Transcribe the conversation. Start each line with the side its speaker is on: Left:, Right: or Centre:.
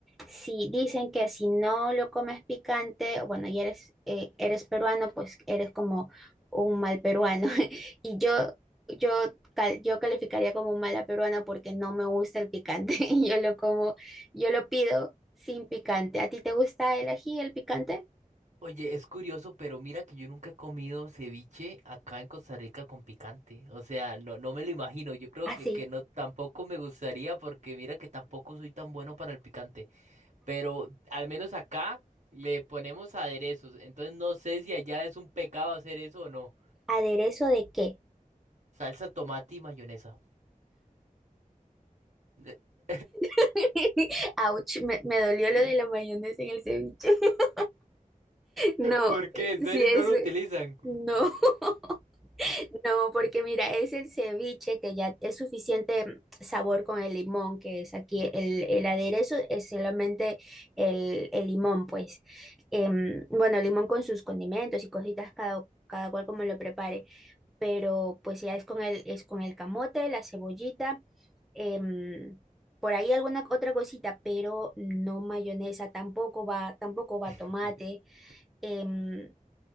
Centre: Si dicen que si no lo comes picante, bueno, y eres, eh, eres peruano, pues eres como un mal peruano. <laughs> Y yo, yo, cal- yo calificaría como mala peruana porque no me gusta el picante. <laughs> Yo lo como, yo lo pido sin picante. ¿A ti te gusta el ají, el picante?
Right: Oye, es curioso, pero mira que yo nunca he comido ceviche acá en Costa Rica con picante. O sea, no, no me lo imagino. Yo creo
Centre: Así.
Right: que, que no tampoco me gustaría porque mira que tampoco soy tan bueno para el picante. Pero al menos acá le ponemos aderezos. Entonces no sé si allá es un pecado hacer eso o no.
Centre: ¿Aderezo de qué?
Right: Salsa, tomate y mayonesa. <laughs>
Centre: <laughs> Ouch, me, me dolió lo de la mayonesa en el ceviche. <laughs> No,
Right: ¿Por qué?
Centre: eh,
Right: ¿En serio
Centre: si es,
Right: no lo utilizan?
Centre: eh, no, <laughs> no, porque mira, es el ceviche que ya es suficiente sabor con el limón, que es aquí el, el aderezo, es solamente el, el limón, pues. Em, bueno, el limón con sus condimentos y cositas cada, cada cual como lo prepare. pero pues ya es con el, es con el camote, la cebollita, em, por ahí alguna otra cosita, pero no mayonesa, tampoco va, tampoco va
Right: <laughs>
Centre: tomate. em,